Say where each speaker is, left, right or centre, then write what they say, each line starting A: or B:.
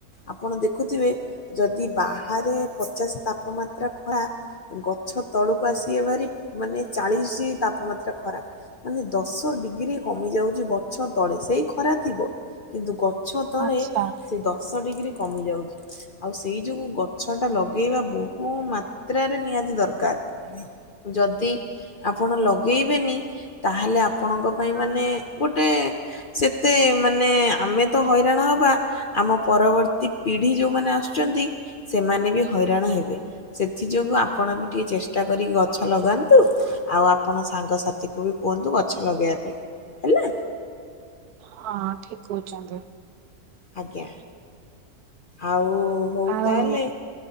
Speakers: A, on the left; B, on the right.
A: ଆପଣ ଦେଖୁଥିବେ ଯଦି ବାହାରେ ପଚାଶ ତାପମାତ୍ରା ଖରା ଗଛ ତଳକୁ ଆସି ଏ ଭାରି ମାନେ ଚାଳିଶି ତାପମାତ୍ରା ଖରା ମାନେ ଦଶ ଡିଗ୍ରୀ <unintelligible> କମି ଯାଉଛି ଗଛ ତଳେ ସେଇ ଖରା ଥିବ କିନ୍ତୁ ଗ ଛ ତଳେ
B: ଆଚ୍ଛା
A: ସେ ଦଶ ଶ ଡିଗ୍ରୀ କମି ଯାଉଛି ଆଉ ସେଇ ଯୋଗୁ ଛ
B: ହଁ
A: ଟା ଲଗେଇବା ବହୁ ମା ଯାତ୍ରାରେ ନିହାତି ଦରକାର ଯଦି ଆପଣ ଲଗେଇବେନି ତାହେଲେ ଆପଣଙ୍କ ପାଇଁ ମାନେ ଗୋଟେ ସେତେ ମାନେ ଆମେ ତ ହଇରାଣ ହବା ଆମ ପରବର୍ତ୍ତୀ ପିଢି ଯୋଉମାନେ ଆସୁଚନ୍ତି ସେମାନେ ବି ହଇରାଣ ହେବେ ସେଥି ଯୋଗୁ ଆପଣ ବି ଟିକେ ଚେଷ୍ଟା କରି ଗଛ ଗଛ ଲଗାନ୍ତୁ ଆଉ ଆପଣ ସାଙ୍ଗସାଥିକୁ ବି କୁହନ୍ତୁ ଗଛ ଲଗେଇବା ପାଇଁ। ହେଲା
B: ହଁ ଠିକ କହୁଚନ୍ତି।
A: ଆଜ୍ଞା ଆଉ ଓ ହଉ
B: ଆଉ
A: ତାହେଲେ